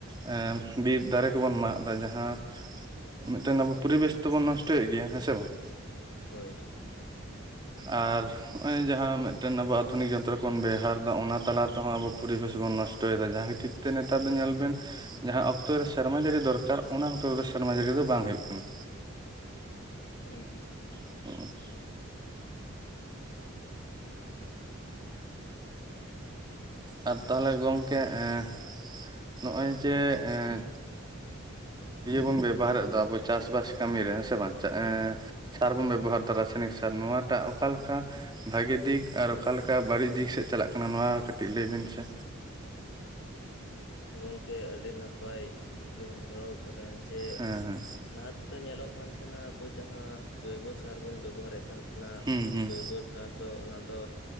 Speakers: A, on the right (about 20°); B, on the left (about 60°).
A: ᱮᱸᱫ ᱵᱤᱨ ᱫᱟᱨᱮ ᱠᱚᱵᱚᱱ ᱢᱟᱜ ᱫᱟ ᱡᱟᱦᱟᱸ, ᱢᱤᱫᱴᱮᱱ ᱟᱵᱚ ᱯᱚᱨᱤᱵᱮᱥ ᱫᱚᱵᱚᱱ ᱱᱚᱥᱴᱚᱭᱮᱫ ᱜᱮᱭᱟ᱾ ᱦᱮᱸ ᱥᱮ ᱵᱟᱝ?
B: ᱦᱳᱭ᱾
A: ᱟᱨ, ᱦᱚᱸᱜᱼᱚᱭ ᱡᱟᱦᱟᱸ ᱢᱤᱫᱴᱮᱱ ᱟᱵᱚ ᱟᱫᱷᱩᱱᱤᱠ ᱡᱚᱱᱛᱨᱚ ᱵᱚᱱ ᱵᱮᱣᱦᱟᱨ ᱮᱫᱟ ᱚᱱᱟ ᱛᱟᱞᱟ ᱛᱮᱦᱚᱸ ᱟᱵᱚ ᱯᱚᱨᱤᱵᱮᱥ ᱵᱚᱱ ᱱᱚᱥᱴᱚᱭᱮᱫᱟ ᱡᱟᱦᱟᱸ ᱜᱮ ᱠᱷᱟᱛᱤᱨ ᱛᱮ ᱱᱮᱛᱟᱨ ᱫᱚ ᱧᱮᱞ ᱵᱮᱱ ᱡᱟᱦᱟᱸ ᱚᱠᱛᱚ ᱨᱮ ᱥᱮᱨᱢᱟ ᱡᱟᱹᱲᱤ ᱫᱚᱨᱠᱟᱨ ᱚᱱᱟ ᱚᱠᱛᱚ ᱨᱮᱫᱚ ᱥᱮᱨᱢᱟ ᱡᱟᱹᱲᱤ ᱫᱚ ᱵᱟᱝ ᱦᱩᱭᱩᱜ ᱠᱟᱱᱟ᱾
B: ᱦᱩᱸ,
A: <inaudible> ᱟᱨ ᱛᱟᱦᱚᱞᱮ ᱜᱚᱢᱠᱮ ᱮᱸ ᱱᱚᱜᱼᱚᱭ ᱡᱮ ᱮᱸᱫ ᱤᱭᱟᱹ ᱵᱚᱱ ᱵᱮᱵᱚᱦᱟᱨᱮᱫ ᱫᱚ ᱟᱵᱚ ᱪᱟᱥᱼᱵᱟᱥ ᱠᱟᱹᱢᱤᱨᱮ ᱦᱮᱸ ᱥᱮ ᱵᱟᱝ? ᱥᱟᱨ ᱵᱚᱱ ᱵᱮᱵᱚᱦᱟᱨ ᱫᱟ ᱨᱟᱥᱟᱭᱱᱤᱠ ᱥᱟᱨ ᱱᱚᱣᱟᱴᱟᱜ ᱚᱠᱟ ᱞᱮᱠᱟ? ᱵᱷᱟᱜᱤ ᱫᱤᱠ ᱟᱨ ᱚᱠᱟᱞᱮᱠᱟ ᱵᱟᱹᱲᱤᱡ ᱫᱤᱠ ᱥᱮᱫ ᱪᱟᱞᱟᱜ ᱠᱟᱱᱟ? ᱱᱚᱶᱟ ᱠᱟᱹᱴᱤᱡ ᱞᱟᱹᱭ ᱵᱤᱱ ᱥᱮ᱾
B: ᱜᱚᱢᱠᱮ ᱟᱹᱰᱤ ᱱᱟᱯᱟᱭ ᱠᱩᱠᱞᱤ ᱵᱮᱱ ᱫᱚᱦᱚᱣ ᱠᱟᱫᱟ ᱡᱮ
A: ᱦᱮᱸ ᱦᱮᱸ
B: ᱞᱟᱦᱟᱛᱮ ᱫᱚ ᱧᱮᱞᱚᱜ ᱠᱟᱱ ᱛᱟᱦᱮᱱᱟ ᱟᱵᱚ ᱡᱟᱦᱟᱸ ᱡᱚᱭᱵᱚ ᱥᱟᱨ ᱵᱚᱱ ᱵᱮᱵᱚᱦᱟᱨᱮᱫ ᱠᱟᱱ ᱛᱟᱦᱮᱱᱟ
A: ᱦᱩᱸ ᱦᱩᱸ
B: ᱡᱚᱭᱵᱚ ᱥᱟᱨ ᱫᱚ ᱚᱱᱟ ᱫᱚ